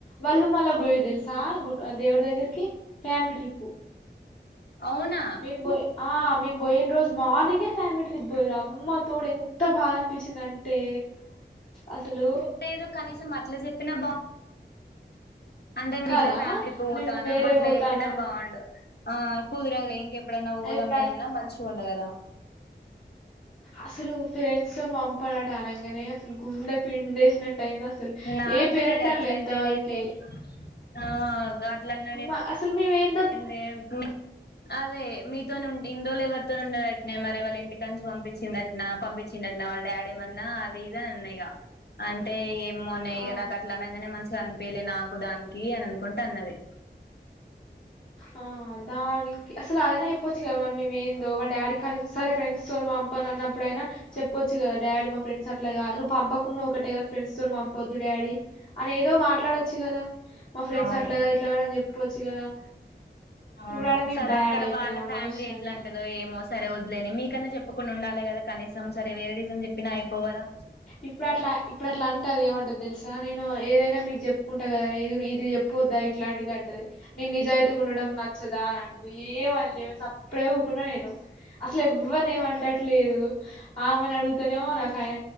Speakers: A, on the left; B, on the left.
A: వాళ్ళు మళ్ళ పొయిర్ దెలుసా గు దేవుడి దగ్గరకి ఫ్యామిలీ ట్రిప్పు
B: అవునా
A: మేం ఆ మేము బొయిన రోజు మార్నింగే ఫ్యామిలీ ట్రిప్ బొయిరు అమ్మ తోడు ఎంత బా అనిపి చ్చిందంటే అసలు
B: లేదు కనీసం అట్ల జెప్పినా అంటే మేం
A: కదా
B: ఇట్లా ఫ్యామిలీ పోతాన్నాం
A: మేము వేరే
B: అట్లా
A: పోతానం
B: చెప్పినా బావుండు. ఆ కుదరదు ఇంకెప్పుడైనా పోదామె
A: ఇప్పుడు అట్
B: అన్నా మంచిగా ఉండు కదా.
A: అసలు ఫ్రెండ్స్ తోని పంపడాట అనంగనే అసలు గుండె పిండేసినట్టయింది అసలు
B: నాకు
A: ఏ పేరెంట్
B: కూడా గట్లన్నాడేందే
A: అన్లే ఇంతవరకి.
B: ఆ గట్లన్నడే
A: అ అసలు మేము ఎం
B: ఎండే <unintelligible> అదే మీతోని ఉం ఇన్ని రోజులు ఎవరితోని ఉండేనట్నే మరి వాళ్ళ ఇంటికానుంచి పంపిచ్చింది అ నా పంపించిడట్నా వాళ్ళ డాడేమన్నా అది ఇది అని అన్న ఇగ అంటే ఎమోనే ఇగ
A: ఆ
B: నాకు అట్లా అనంగనే మంచిగా అనిపియలే నాకు దానికి అని అనుకుంట అన్నది.
A: ఆ దాని అస్సలు అదైనా చెప్పచ్చు కదా మరి మేము ఏందో, వాళ్ళ డాడీ కానీ సరే ఫ్రెండ్స్ తోని పంపను అన్నప్పుడైనా చెప్పొచ్చు కదా డాడీ మా ఫ్రెండ్స్ అట్లా కాదు, నువ్వు పంపకున్నా ఒకటే కానీ ఫ్రెండ్స్ తోని పంపొద్దు డాడీ అని ఏదో మాట్లాడొచ్చు కదా మా ఫ్రెండ్స్
B: అవును
A: అట్లాగాదు ఇట్లగాదు అని చెప్పొచ్చు కదా.
B: అవును
A: ఇప్పుడు ఆడ మేము
B: సరే
A: బ్యాడ్
B: అక్కడ
A: అయిపోయినాం
B: వాళ్ళ
A: అనవసరంగా
B: ఫ్యామిలీ ఎట్లాంటది దో ఏమో సరే వద్లేండి సరే మీకన్నా చెప్పకుండా ఉండాలె కదా కనీసం సరే వేరే రీజన్ చెప్పినా అయిపోవు కదా.
A: ఇప్పుడు అట్లా ఇప్పుడు అట్లా అంటే అది ఏమంటది తెలుసా నేను ఏదైనా మీకు చెప్ కుంటా కదనే ఇది చెప్పొద్దా ఇట్లాంటిది అంటది, నేను నిజాయితీగా ఉండడం నచ్చదా అని అం నువ్వేం అనలేవు సప్పుడేక ఊకున్న నేను అసలు ఎవ్వరిని ఏం అనేటట్లేదు. ఆమెను అడుగుతనేమో నాకు ఆయన